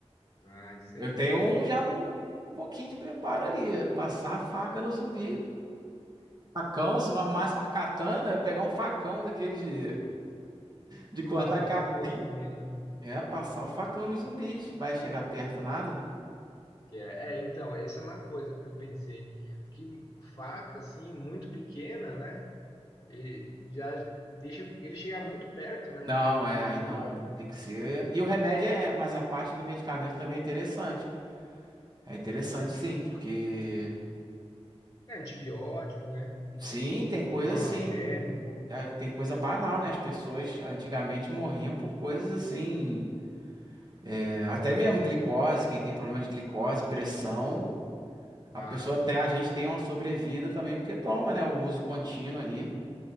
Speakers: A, on the left; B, on the right.
A: Ah, isso
B: Eu
A: aí.
B: tenho um já um um pouquinho de preparo ali, passar a faca no zumbi. Facão, se não arrumasse uma katana, eu ia pegar um facão daqueles de, de cortar
A: Bacana,
B: capim,
A: uma boa também, né?
B: é, passar o facão nos zumbis. Vai chegar perto nada?
A: Que é, é, então, essa é uma coisa que eu pensei. Porque faca, assim, muito pequena, né? E já deixa ele chegar muito perto, né?
B: Não, é aí não,
A: Quase.
B: pô, tem que ser. E o remédio é, mas a parte do medicamento também é interessante. É interessante sim, porque
A: É antibiótico, né?
B: sim, tem
A: Um
B: coisa
A: analgésico.
B: assim, ah, tem coisa banal, né? As pessoas antigamente morriam por coisas assim, é, até mesmo glicose, quem tem problema de glicose, pressão,
A: Bah,
B: A pessoa até a gente tem uma sobrevida também porque toma, né, o uso contínuo ali.